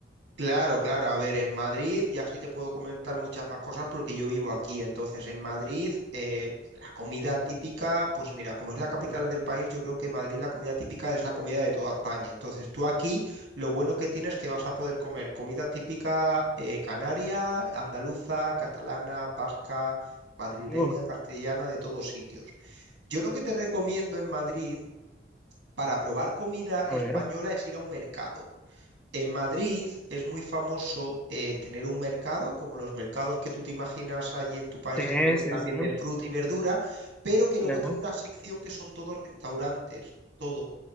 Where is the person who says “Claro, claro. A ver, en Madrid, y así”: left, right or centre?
Right